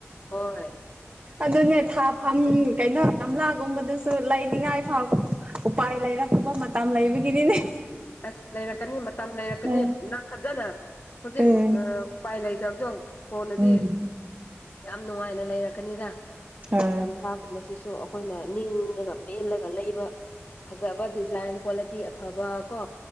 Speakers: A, on the left (about 50°); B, on the right (about 40°).
A: ꯍꯣꯏ
B: ꯑꯗꯨꯅꯦ ꯊꯥ ꯐꯝ꯫ ꯀꯩꯅꯣ ꯒꯝꯂꯥꯒꯨꯝꯕꯗꯁꯨ ꯂꯩꯅꯤꯡꯉꯥꯏ ꯐꯥꯎ ꯎꯄꯥꯏ ꯂꯩꯔꯛꯇꯕ ꯃꯇꯝ ꯂꯩꯕꯒꯤꯅꯤꯅꯦ꯫
A: ꯑꯁ ꯂꯩꯔꯛꯀꯅꯤ ꯃꯇꯝ ꯂꯩꯔꯛꯀꯅꯤ
B: ꯎꯝ
A: ꯅꯪ ꯐꯖꯅ ꯍꯧꯖꯤꯛ
B: ꯎꯝ
A: ꯎꯄꯥꯏ ꯂꯩꯇꯕ꯫ ꯑꯗꯣ ꯀꯣꯟꯅꯗꯤ
B: ꯎꯝ
A: ꯌꯥꯝ ꯅꯨꯡꯉꯥꯏꯅ ꯂꯩꯔꯛꯀꯅꯤꯗ꯫
B: ꯍꯣꯏ
A: ꯀꯂꯥꯒꯨꯝꯕꯁꯤꯁꯨ ꯑꯩꯈꯣꯏꯅ ꯅꯤꯡꯉꯒ ꯄꯦꯜꯂꯒ ꯂꯩꯕ꯫ ꯐꯖꯕ ꯗꯤꯖꯥꯏꯟ꯫ ꯀ꯭ꯋꯥꯂꯤꯇꯤ ꯑꯐꯕ ꯀꯣ